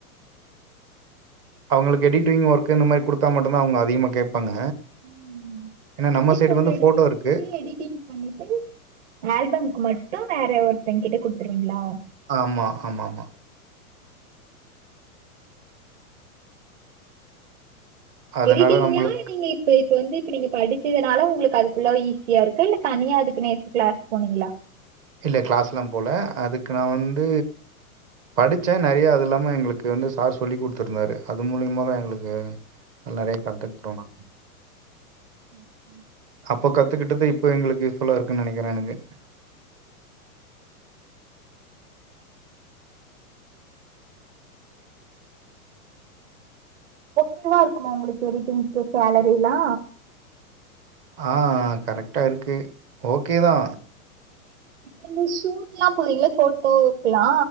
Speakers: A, on the right; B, on the right.
A: அவங்களுக்கு எடிட்டிங் ஒர்க்கு இந்த மாரி குடுத்தா மட்டுதா அவங்க அதிகமா கேப்பாங்க
B: ம்
A: ஏனா
B: நீங்களே
A: நம்ம சைடு
B: போட்டோ
A: வந்து
B: எடுத்து
A: ஃபோட்டோ இருக்கு
B: நீங்களே எடிட்டிங் பண்ணிட்டு ஆல்பம்க்கு மட்டு வேறே ஒருத்தே கிட்டே குடுத்துருவீங்களா
A: ஆமா ஆமாமா அதனால
B: வெய்ட்டீங்ளா
A: நம்மளுக்கு
B: நீங்க இப் சோ இப்ப வந்து இப்ப நீங்க படிச்சதுனால உங்களுக்கு அது ஃபுல்லாவே ஈஸியா இருக்கா இல்ல தனியா அதுக்குனே க்ளஸ் போனீங்களா
A: இல்ல க்ளாஸ்ல்லா போல அதுக்கு நா வந்து படிச்ச நறைய அது இல்லாம எங்களுக்கு வந்து சார் சொல்லி குடுத்துருந்தாரு அது மூலியமா தா எங்களுக்கு நறைய கத்துக்ட்டோனா
B: ம் ம்
A: அப்ப கத்துக்கிட்டது இப்ப எங்களுக்கு யூஸ் ஃபுல்லா இருக்குன் நனைக்கிற எனக்கு
B: இதுவா இருக்குமா உங்ளுக்கு எடிட்டிங்கு சேலரில்லா
A: ஆ கரெக்டா இருக்கு ஓகே தா
B: இந்த ஷூட்ல்லா போறீங்களே போட்டோக்லா